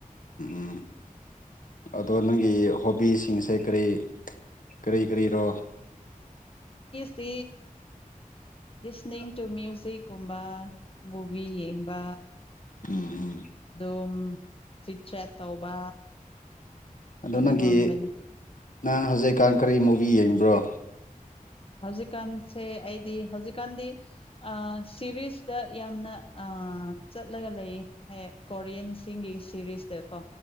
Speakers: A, on the left; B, on the left.
A: ꯎꯝ ꯑꯣ ꯑꯗꯣ ꯅꯪꯒꯤ ꯍꯣꯕꯤꯁꯤꯡꯁꯦ ꯀꯔꯤ ꯀꯔꯤ ꯀꯔꯤꯔꯣ
B: ꯁꯤ ꯂꯤꯁꯅꯤꯡ ꯇꯨ ꯃ꯭ꯌꯨꯖꯤꯛꯀꯨꯝꯕ ꯃꯨꯚꯤ ꯌꯦꯡꯕ
A: ꯎꯝ ꯎꯝ
B: ꯑꯗꯨꯝ ꯆꯤꯠ ꯆꯦꯠ ꯇꯧꯕ
A: ꯑꯗꯣ
B: ꯑꯗꯨꯒꯨꯝꯕꯅꯤ
A: ꯅꯪꯒꯤ ꯅꯪ ꯍꯧꯖꯤꯛꯀꯥꯟ ꯀꯔꯤ ꯃꯨꯚꯤ ꯌꯦꯡꯕ꯭ꯔꯣ
B: ꯍꯧꯖꯤꯛꯀꯥꯟꯁꯦ ꯑꯩꯗꯤ ꯍꯧꯖꯤꯛꯀꯥꯟꯗꯤ ꯁꯤꯔꯤꯁꯇ ꯌꯥꯝꯅ ꯑꯥ ꯆꯠꯂꯒ ꯂꯩꯌꯦ ꯍ ꯀꯣꯔꯤꯌꯟꯁꯤꯡꯒꯤ ꯁꯤꯔꯤꯁꯅ‌ꯦ ꯀꯣ